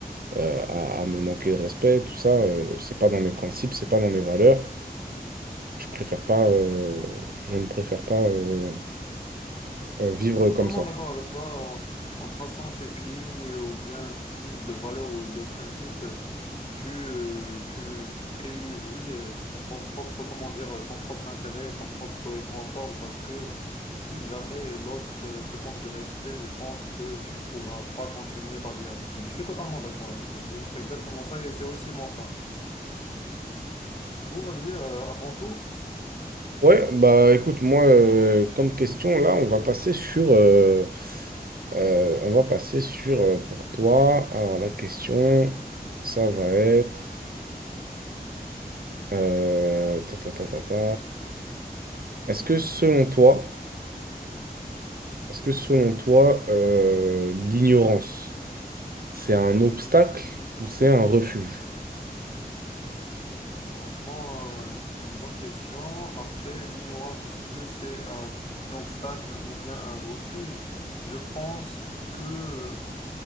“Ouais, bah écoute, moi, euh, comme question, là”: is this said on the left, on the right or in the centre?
Right